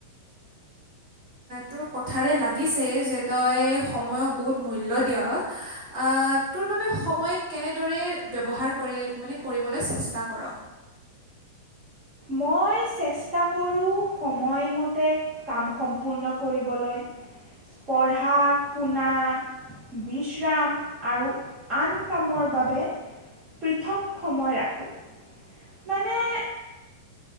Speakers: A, on the right; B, on the right.
A: তোৰ কথাৰে লাগিছে যে তই সময়ক বহুত মূল্য দিয়। আ তোৰ বাবে সময় কেনেদৰে ব্যৱহাৰ কৰি মানে কৰিবলৈ চেষ্টা কৰ?
B: মই চেষ্টা কৰোঁ সময়মতে কাম সম্পূৰ্ণ কৰিবলৈ, পঢ়া-শুনা, বিশ্ৰাম আৰু আন কামৰ বাবে পৃথক সময় ৰাখোঁ। মানে